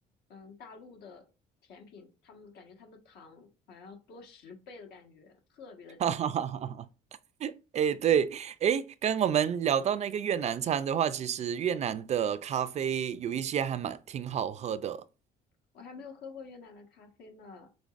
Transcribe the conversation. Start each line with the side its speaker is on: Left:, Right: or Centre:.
Left: 嗯大陆的甜品，他们感觉他们的糖好像要多十倍的感觉，特别的甜。
Right: <laughs> 哎，对，哎，刚刚我们聊到那个越南餐的话，其实越南的咖啡有一些还蛮挺好喝的。
Left: 我还没有喝过越南的咖啡呢，